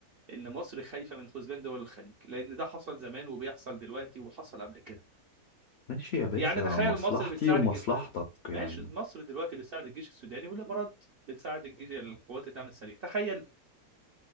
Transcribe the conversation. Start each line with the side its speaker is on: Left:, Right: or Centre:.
Right: ان مصر خايفه من خذلان دول الخليج لان ده حصل زمان وبيحصل دلوقتي وحصل قبل كده
Left: ماشي يا باشا
Right: يعني تخيل
Left: مصلحتي
Right: مصر بتساعد
Left: ومصلحتك
Right: الج- ما-
Left: يعني
Right: ماشي مصر دلوقتي بتساعد الجيش السوداني والامارات بتساعد الجيش القوات الدعم السريع تخيل